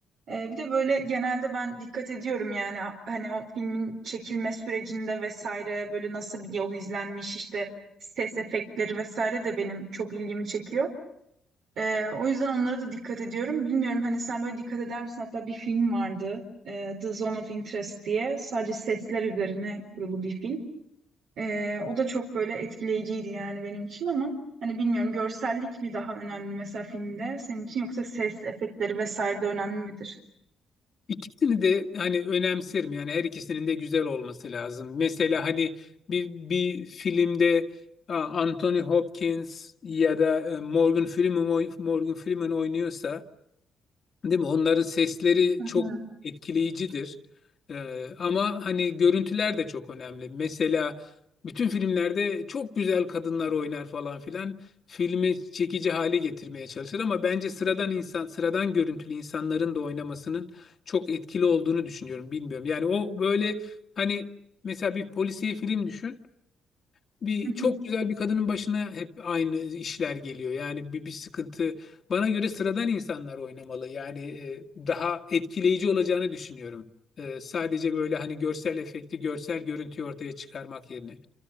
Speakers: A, on the right; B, on the left.
A: E, bir de böyle genelde ben dikkat ediyorum yani hani o filmin çekilme sürecinde vesaire böyle nasıl bir yol izlenmiş işte ses efektleri vesaire de benim çok ilgimi çekiyor. Ee, o yüzden onlara da dikkat ediyorum. Bilmiyorum hani sen böyle dikkat eder misin? Hatta bir film vardı. e, The Zone of Interest diye. Sadece sesler üzerine kurulu bir film. Ee, o da çok böyle etkileyiciydi yani benim için ama hani bilmiyorum görsellik mi daha önemli mesela filmde senin için yoksa ses efektleri vesaire de önemli midir?
B: İkisini de hani önemserim yani her ikisinin de güzel olması lazım. Mesela hani bir bir filmde a, Anthony Hopkins ya da e, Morgan Freeman oy- Morgan Freeman oynuyorsa Değil mi? Onların sesleri
A: Hı
B: çok
A: hı.
B: etkileyicidir. Ee, ama hani görüntüler de çok önemli. Mesela bütün filmlerde çok güzel kadınlar oynar falan filan. Filmi çekici hale getirmeye çalışır ama bence sıradan insan, sıradan görüntülü insanların da oynamasının çok etkili olduğunu düşünüyorum. Bilmiyorum. Yani o böyle hani mesela bir polisiye film düşün bir
A: Hı
B: çok
A: hı.
B: güzel bir kadının başına hep aynı işler geliyor. Yani bir, bir sıkıntı. Bana göre sıradan insanlar oynamalı. Yani e, daha etkileyici olacağını düşünüyorum. E, sadece böyle hani görsel efekti, görsel görüntüyü ortaya çıkarmak yerine.